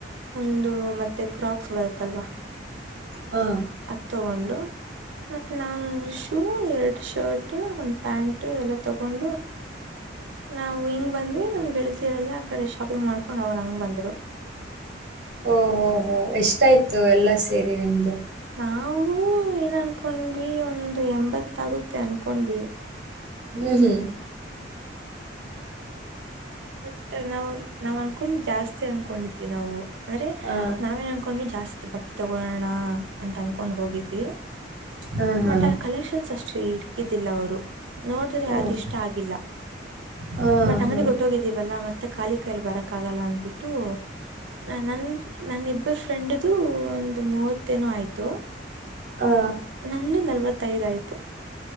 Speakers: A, on the right (about 75°); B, on the right (about 55°).
A: ಒಂದು ಮತ್ತೆ ಕ್ರಾಕ್ಸ್ ಬರುತ್ತಲ್ವಾ
B: ಹ
A: ಅದು ತಗೊಂಡು ಮತ್ತು ನಾನೊಂದು ಶೂ ಎರಡು ಶರ್ಟ್ ಒಂದು ಪ್ಯಾಂಟು ಎಲ್ಲ ತಗೊಂಡು ನಾವು ಹಿಂಗೆ ಬಂದ್ವಿ ನಮ್ಮ್ ಗೆಳತರಲ್ಲ ಆ ಕಡೆ ಶಾಪಿಂಗ್ ಮಾಡ್ಕೊಂಡು ಅವರು ಹಂಗ್ ಬಂದರು
B: ಓಹ ಹೋ ಹೋ್ ಎಷ್ಟಾಯ್ತು ಎಲ್ಲ ಸೇರಿ ನಿಮ್ದು
A: ನಾವೂ ಏನ್ ಅನ್ಕೊಂಡ್ವಿ ಒಂದು್ ಎಂಬತ್ತಾಗುತ್ತೆ ಅನ್ಕೊಂಡ್ವಿ
B: ಹ್ಮ್ ಹ್ಮ್
A: ಬಟ್ ನಾವು ನಾವ್ ಅನ್ಕೊಂಡ ಜಾಸ್ತಿ ಅನ್ಕೊಂಡಿದ್ವಿ ನಾವು ಅಂದ್ರೆ
B: ಹಾ.
A: ನಾವೇನ್ ಅನ್ಕೊಂಡ್ವಿ ಜಾಸ್ತಿ ಬಟ್ಟೆ ತಗೊಳೋಣ ಅ ಅಂತ ಅನ್ಕೊಂಡ್ ಹೋಗಿದ್ವಿ
B: ಹಾ, ಹಾ.
A: ಮತ್ ಅ್ರ ಕಲೆಕ್ಷನ್ಸ್ ಅಷ್ಟು ಇಕಿದ್ದಿಲ್ಲ ಅವರು ನೋಡಿದ್ರೆ ಯಾವ್ದು
B: ಓಹ್!
A: ಇಷ್ಟ ಆಗಿಲ್ಲ-
B: ಹಾ,
A: ಮತ್ ಅಂಗಡಿ
B: ಹಾ.
A: ಗೊ ಲ್ಲ ಮತ್ತೆ ಖಾಲಿ ಕಾಯಲ್ಲಿ ಬರಕ್ ಆಗಲ್ಲ ಅಂದ್ಬಿಟ್ಟು ನ ನ ನಮಿಬ್ ಫ್ರೆಂಡ್ ದು ಒಂದು್ ಮೂವತ್ತೇನು ಆಯ್ತು
B: ಹಾ.
A: ನಂದು ನಲ್ವತ್ತೈದು ಆಯ್ತು